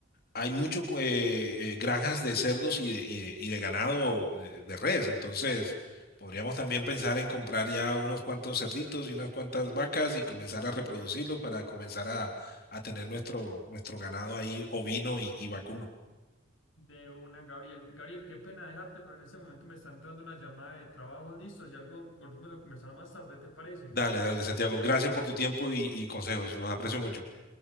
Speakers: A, on the left; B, on the left.
A: hay mucho eh, eh, granjas de cerdos y de, y de- y de ganado eh, de, res, entonces podríamos también pensar en comprar ya unos cuantos cerditos y unas cuantas vacas y comenzar a reproducirlos para comenzar a, a tener nuestro, nuestro ganado ahí ovino y, y vacuno.
B: De una, Gabriel. Gabriel, qué pena dejarte, pero en este momento me está entrando una llamada de trabajo, listo. Si algo, volvemos a conversar más tarde, ¿te parece?
A: Dale, dale, Santiago, gracias por tu tiempo y y consejos, los aprecio mucho.